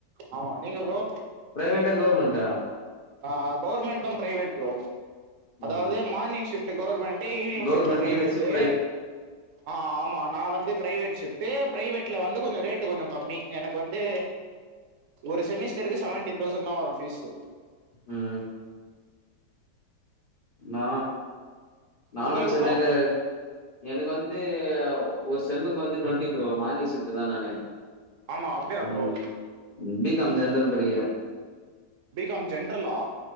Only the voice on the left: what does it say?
ப்ரைவேட்டா கவுர்மெண்ட்டா
ம்
government
university
ம் நா நானு
சென்னைல
எனக்கு வந்து ஒரு செம்முக்கு வந்து டொண்ட்டி ப்ரோ மார்னிங் ஷிப்ட்டு தா நானு
ம்
ம் பி காம் ஜென்ரல் படிக்கிறே